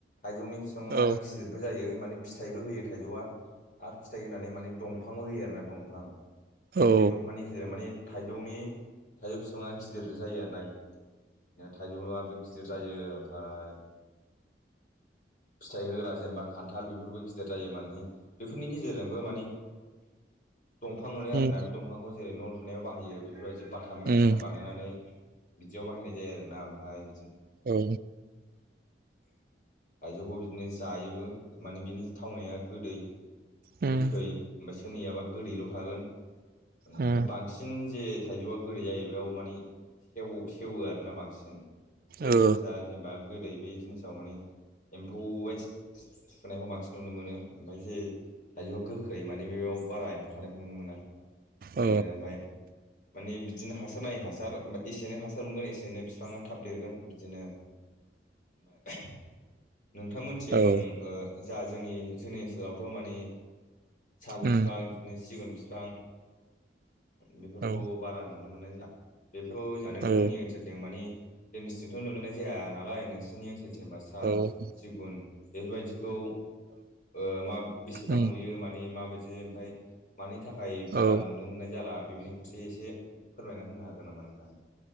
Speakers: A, on the left; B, on the right.
A: आइजौनि बिफाङा
B: औ
A: गिदिरबो जायो माने फिथाइबो होयो थाइजौआ आरो फिथाइ होनानै माने दंफांबो होयो आरोना दंफां माने
B: औ
A: बे दंफांनि गेजेराव माने थाइजौनि थाइजौ बिफाङा गिदिर जायो आरोना बिदिनो थाइजौ नाबो गिदिर जायो ओमफफ्राय फिथाइ होग्रा जेनेबा खान्थाल बेफोरबो गिदिर जायो माने बेफोरनि गेजेरजोंबो माने <inaudible> दंफां मोनो
B: उम
A: आरोना बे दंफांखौ जेरै न' लुनायाव बाहायो बेफोरबायदि बाथाम बायदिसिना
B: उम
A: बानायनानै बिदियाव बाहायनाय जायो आरोना ओमफ्राय
B: ओ
A: थायजौखौ बिदिनो जायोबो माने बिनि थावनाया गोदै
B: उम
A: <inaudible> ओमफ्राय
B: उम
A: बांसिन जे थाइजौआ गोदै जायो बेयाव मानि सेव सेवो आरोना बांसिन जे
B: ओ
A: जिनिसा जेनेबा गोदै बे जिनिसाव माने एम्फौ बायदि सुनायखौ बांसिन नुनो मोनो ओमफ्राय जे थाइजौआ गोखै माने बेयाव बारा एम्फौ थानायखौ नुनो मोना
B: अ
A: बिदिनो ओमफ्राय माने बिदिनो हासार नायै हासार एसेैनो हासार मोनगोन एसेनै बिफाङा थाब देरगोन बिदिनो ओमफाय नोंथांमोनथिं
B: औ
A: ओ जा जोंनि जोंनि ओनसोलावथ' मानि साल
B: उम
A: बिफां बिदिनो सिगुन बिफां बेफोरखौ
B: औ
A: बारा नुनो मोननाय जाया बेफोराव जों नोंथांमोननि
B: औ
A: ओनसोलथिं मानि जोंनिथिंथ' नुनाय जाया नालाय नोंसिनि ओनसोलथि बा साल
B: औ
A: सिगुन बेफोरबायदिखौ ओ मा बेसेबां
B: उम
A: नुयो मानि माबायदि ओमफ्राय मानि था खाय
B: औ
A: बारा नुनो मोननाय जाला बेनि फारसे एसे फोरमायना होनो हागोन नामा नोंथां